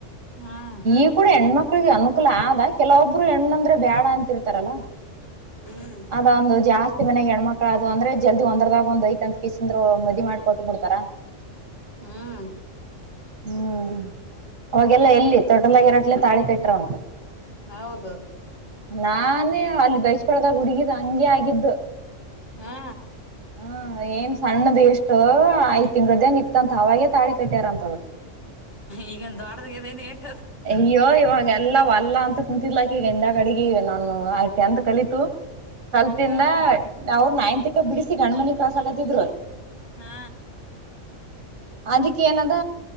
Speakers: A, on the left; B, on the right.
A: ಹ್ಮ್
B: ಈ ಕೂಡ ಹೆಣ್ಮಕ್ ಅನುಕೂಲ ಆದ ಕೆಲವೊಬ್ರು ಹೆಣ್ಣಂದ್ರೆ ಬೇಡ ಲ್ಲ
A: ಹ್ಮ್
B: ಅದ ಒಂದು ಜಾಸ್ತಿ ಮನ್ಯಾ ಗ ಹೆಣ್ಮಕ್ಳ ಅದು ಅಂದ್ರೆ ಜಲ್ದಿ ಒಂದ್ರದಾಗ ಒಂದು ಐತ ಅಂತ ಕಸಂದರು ಮದಿವಿ ಮಾಡ್ಕ ಕೊಟ್ಟು ಬಿಡ್ತಾರ
A: ಹ್ಮ್
B: ಹ್ಮ್ ಅವಾಗೆಲ್ಲ ಎಲ್ಲಿ ತೊಟ್ಟಲಾಗಿರತ್ತಲೇ ತಾಳಿ ಕಟ್ರ ಅಂತ
A: ಹೌದು
B: ನಾನೇ ಅಲ್ಲಿ ಭೈಚಬಲದಗ ಹುಡುಗಿದ ಹಂಗೆ ಆಗಿದ್ದು
A: ಹಾ
B: ಹ್ಮ ಏನ್ ಸಣ್ಣದ ಎಷ್ಟು ಐ ತಿಂಗ್ಳ್ದೇನ್ ಇತ್ತಂತ ಅವಾಗೆ ತಾಳಿ ಕಟ್ಟ್ಯಾರ ಅಂತ
A: ಈಗೇನ್ ದೊಡ್ದಾಗಿದೆನ್ ಯೇಟ್
B: ಅಯ್ಯೋ ಇವಾಗ್ ಎಲ್ಲ ವಲ್ಲ ಅಂತ ಕುಂತಿದ್ಲಾಕಿ ಹಿಂದ ಗಡಗಿ ನಾನು ಟೆಂತ್ ಕಲಿತು ಕಲ್ತಿಂದ
A: ಹಾ
B: ಅವ್ರು ನೈನ್ತ್ಕೆ ಬಿಡಿಸಿ ಗಂಡ ಮನಿ ಕಳ್ಸ ಕತಿದ್ರು
A: ಹಾ
B: ಅದಕ್ಕೆ ಏನದ